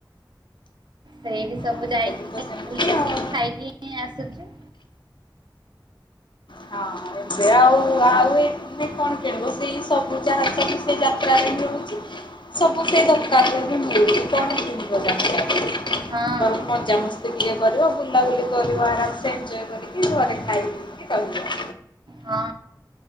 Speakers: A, on the right (about 70°); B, on the left (about 80°).
A: ସେଇଠି ସବୁ
B: ଆମର
A: ଯାଇକି
B: ବି ତ ସେମିତି
A: ବୁଲକି
B: ଆଉ
A: ଖାଇକି ଇଁ ଆସୁଚୁ।
B: ହଁ ଏବେ ଆଉ ଆଉ ଏ ଏମତି କଣ କିଣିବୁ ସେଇ ସବୁ ଯାହା ସବୁ ସେଇ ଯାତ୍ରାରେ ମିଳୁଚି ସବୁ ସେ ଦୋକାନରେ ବି ମିଳୁଚି କଁ ବି କିଣବ ଯାତ୍ରାରୁ
A: ହଁ
B: ବରଂ ମଜା ମସ୍ ତି ଟିକେ କରିବ ବୁଲାବୁଲି କରିବ ଆରାମ୍ ସେ ଏଞ୍ଜୟ୍ କରିକି ଘରେ ଖାଇ ପିଇକି ରହିବ।
A: ହଁ